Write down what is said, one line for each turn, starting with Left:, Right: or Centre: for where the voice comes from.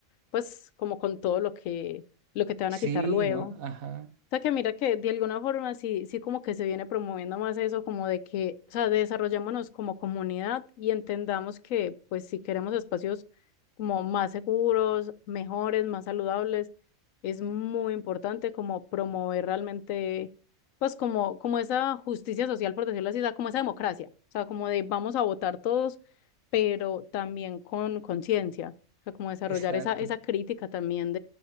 Left: pues, como con todo lo que, lo que te van
Right: Sí,
Left: a quitar luego.
Right: ¿no? Ajá,
Left: O sea que mira que de alguna forma sí, sí como que se viene promoviendo más eso, como de que, o sea, desarrollémonos como comunidad y entendamos que pues si queremos espacios como más seguros, mejores, más saludables, es muy importante como promover realmente pues como, como esa justicia social, por decirlo así, o sea, como esa democracia, o sea, como de vamos a votar todos, pero también con conciencia, o sea, como desarrollar
Right: exacto,
Left: esa, esa crítica también